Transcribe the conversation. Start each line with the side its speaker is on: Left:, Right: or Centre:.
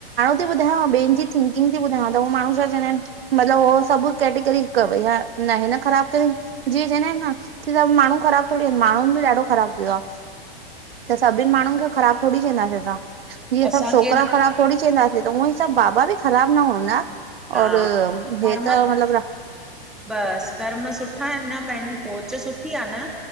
Right: ती ॿुधायांव ॿे जी थिकिंग थी ॿुधायांव तह माणू छा चवंदा आहिनि मतिलब उहो सभु कैटेगरी क भई हा न हि न ख़राबु कयईं जीअं चवंदा आहिनि न की सभ माण्हू ख़राब थोडेही इन माण्हुनि बि ॾाढो ख़राबु कयो आ त सभिनि माण्हुनि खे ख़राबु थोड़ी चंदासीं असां जीअं
Centre: असांखे
Right: सभु छोकिरा
Centre: न
Right: ख़राब थोड़ी चवंदासीं त उअ ई सभु बाबा बि ख़राब न हूंदा
Centre: हा
Right: और
Centre: कर्म
Right: हे त मतलब
Centre: बसि कर्म सुठा आहिन न पंहिंजी सोच सुठी आ न